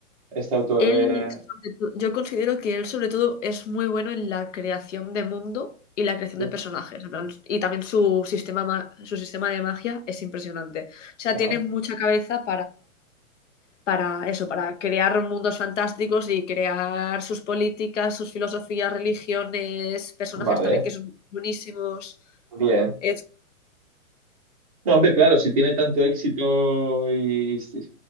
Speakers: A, on the right (about 25°); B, on the left (about 55°).
A: este autor?
B: Él,
A: Eh,
B: sobre to- yo considero que él sobre todo es muy bueno en la creación de mundo y la creación
A: sí,
B: de personajes. en plan, y también su sistema, ma- su sistema de magia es impresionante. O sea,
A: ajá.
B: tiene mucha cabeza para eso, para crear mundos fantásticos y crear sus políticas, sus filosofías, religiones, personajes
A: Vale,
B: también que son buenísimos.
A: bien.
B: Es,
A: No, hombre, claro, si tiene tanto éxito y, si,